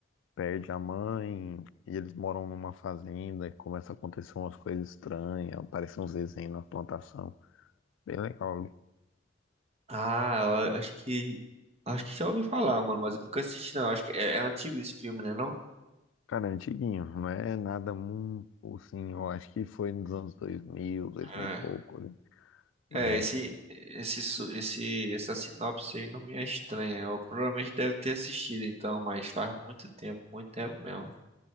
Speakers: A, on the left; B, on the right.
A: perde a mãe e eles moram numa fazenda e começa a acontecer umas coisas estranhas, aparecem uns desenhos na plantação. Bem legal.
B: Ah, eu acho que. Acho que já ouvi falar, mano, mas eu nunca assisti, não. Acho que é, é antigo esse filme, né, não?
A: Cara, é antiguinho, não é nada muito assim, eu acho que foi nos anos 2000, 2000
B: É.
A: e pouco. né? Mas,
B: É, esse, esse, su- esse, essa sinopse aí não me é estranha. Eu provavelmente deve ter assistido, então, mas faz muito tempo, muito tempo mesmo.